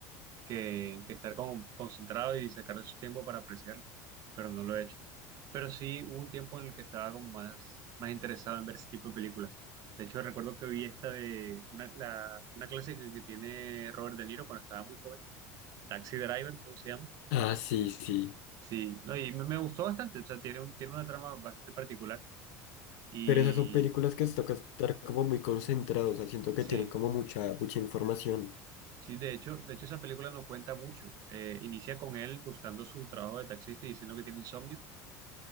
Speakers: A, on the right; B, on the left.
A: que, que estar como concentrado y sacar su tiempo para apreciarlo, pero no lo he hecho. Pero sí hubo un tiempo en el que estaba como más, más interesado en ver ese tipo de películas. De hecho, recuerdo que vi esta de una, la, una clase que, que tiene Robert De Niro cuando estaba muy joven, Taxi Driver, creo que se llama.
B: Ah, sí, sí.
A: Sí, no, y me, me gustó bastante, o sea, tiene, un- tiene una trama bastante particular y
B: Pero esas son películas que se toca estar como muy concentrados, o sea, siento que
A: sí,
B: tienen como mucha, mucha información.
A: sí, de hecho, de hecho esa película no cuenta mucho. Eh, inicia con él buscando su trabajo de taxista y diciendo que tiene insomnio